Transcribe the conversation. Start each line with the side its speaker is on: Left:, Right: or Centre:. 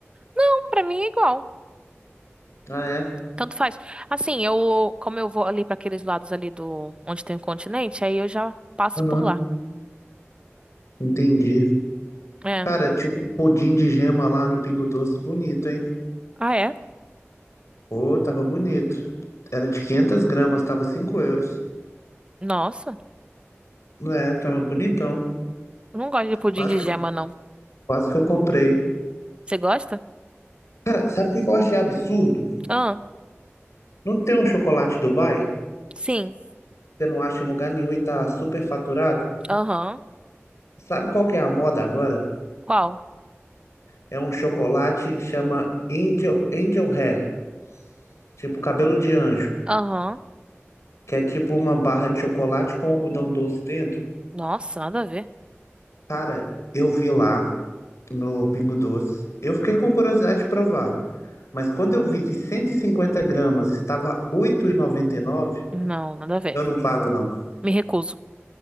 Right: Não, pra mim é igual.
Left: Ah, é.
Right: Tanto faz. Assim, eu, como eu vou ali pra aqueles lados ali do, onde tem o continente, aí eu já passo
Left: Uhum.
Right: por lá.
Left: Entendi.
Right: É.
Left: Cara, tinha um pudim de gema lá no Pingo Doce, bonito, hein?
Right: Ah, é?
Left: Pô, tava bonito. Era de 500 gramas, tava 5 euros.
Right: Nossa,
Left: É, tava bonitão.
Right: eu não gosto de pudim
Left: Quase
Right: de
Left: que
Right: gema,
Left: eu,
Right: não.
Left: quase que eu comprei.
Right: Você gosta?
Left: Cara, sabe o que que eu achei absurdo?
Right: Ah,
Left: Não tem um chocolate Dubai?
Right: sim.
Left: Você não acha em lugar nenhum e tá super faturado?
Right: Aham.
Left: Sabe qual que é a moda agora?
Right: Qual?
Left: É um chocolate que chama Angel, Angel Hair, tipo cabelo de anjo,
Right: Aham.
Left: que é tipo uma barra de chocolate com algodão doce dentro.
Right: Nossa, nada a ver.
Left: Cara, eu vi lá. no Pingo Doce. Eu fiquei com curiosidade de provar, mas quando eu vi que 150 gramas estava 8,99,
Right: Não, nada a ver.
Left: eu não pago não,
Right: Me recuso.